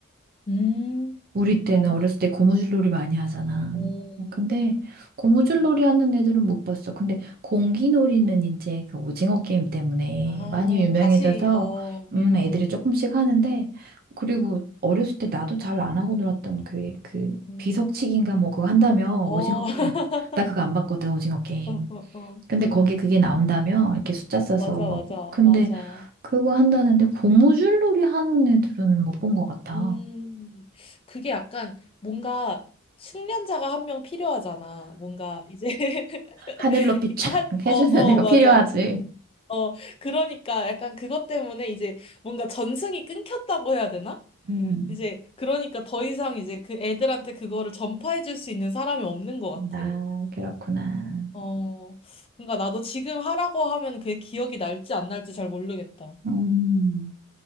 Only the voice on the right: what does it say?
우리
때는
어렸을 때 고무줄놀이 많이 하잖아.
근데 고무줄놀이
하는 애들은 못 봤어. 근데 공기놀이는 이제 그 오징어 게임 때문에
많이 유명해져서
음
애들이 조금씩 하는데 그리고 어렸을 때 나도 잘 안 하고 놀았던 그 그
비석치기인가 뭐 그거 한다며
오징어 게임 나
그거 안 봤거든 오징어 게임.
근데 거기에 그게 나온다며 이렇게 숫자 써서
뭐
근데
그거 한다는데 고무줄놀이 하는 애들은 못 본 것 같아.
하늘 높이
촥
해주는
애가
필요하지.
음.
아, 그렇구나.
음.